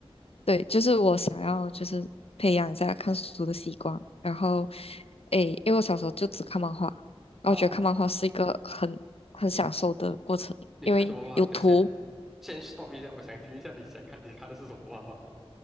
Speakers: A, on the left; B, in the centre.
A: 对，就是我想要就是培养一下看书的习惯，然后，诶，因为我小时候就只看漫画，然后觉得看漫画是一个很很享受的过程，
B: 啊，你看什么嘛？
A: 因为有图，
B: 等一下，先先 stop 一下，我想听一下你想看，你看的是什么漫画？